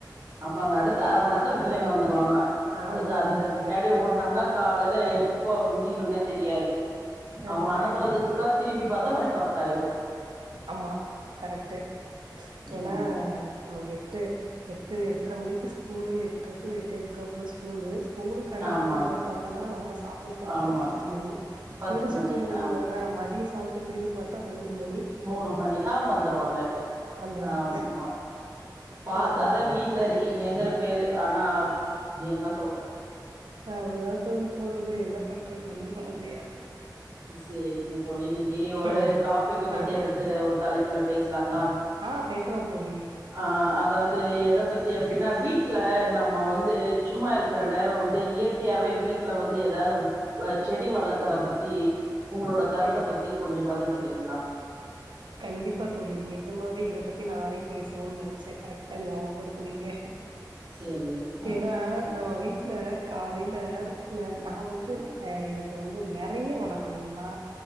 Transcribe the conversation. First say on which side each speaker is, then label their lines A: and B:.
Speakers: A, on the right; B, on the right.
A: ஆமாங்க அடுத் த் அரமநேரத்துல பிள்ளைங்க வந்துருவாங்க
B: ஆமா
A: அடுத்த அதுங்க
B: ஆமா
A: பின்னாடி
B: கரெக்ட் தா
A: ஓடுனோம்னா காலையில எப் இப்போ விடியுனே தெரியாது அவுங்கள
B: அது
A: அனுப்புறதுக்குள்ள
B: கரெக்ட் தா
A: திருப்பி பாத் த்தா மணி பத்தாயிரு
B: ஆமா கரெக்ட் ஏனா
A: ஆமா
B: எட்டு எ ட்டு எட்டரை மணிக்கு ஸ்கூலு எட்ற டு எட்டே முக்கக்குள்ள ஸ்கூலு ஸ்கூலுக்கு அனுப்பிட்டு
A: ஆமாங்க
B: திரும்பி பாத்தனா நம்ம சாப்பிட ஒக்கறதுக்கு
A: ஆமாங்க
B: பத்து மணி
A: பத்து
B: முடிச்சிட்டு
A: மணி ஆமா
B: ம அ மதியோ சாப்ப ட் திரும்பி பாத்த மூணு ம
A: மூணு மணி அவுங்க வந்துருவாங்க
B: வந்துருவாங்க
A: ஆமா பாத்தாதா
B: ஆ
A: வீட்டுல இருக்கீங்கங்கற பேரு ஆனா என்ன சொல்றது
B: அப்பிடிதா தோழி போது என்ன பண்ணுறது ஒன்னு பண்ண முடியாது
A: சேரிங்க தோழி இன்னிக்கு ஒரு
B: ஆ
A: டாபிக்க பத்தி
B: ஆ
A: எடுத்து ஒரு தலைப்புல பேசலாங்களா
B: ஆ பேசலா தோழி
A: ஆ அதாவது எத பத்தி அப்பிடின்னா வீட்ல நம்ம வந்து சும்மா இருக்கிற நேரோ வந்து இயற்கையாவே வீட்ல வந்து எதாவது வ செடி வளக்கற பத்தி உங்களோட கருத்த
B: ஆ
A: பத்தி கொஞ்சோ பகிர்ந்துக்கிறீங்களா
B: கண்டிப்பா தோழி நெஜமாவே இத பத்தி நானே பேசணுன் நெனைச்சே கரெக்ட் ட்டா ஞாவப்படுத்தனீங்க
A: சேரிங்க
B: ஏன்னா நம்ம வீட்ல காலையில ந நா வந்து எனக்கு வந்து நெறைய வணக்கம்னா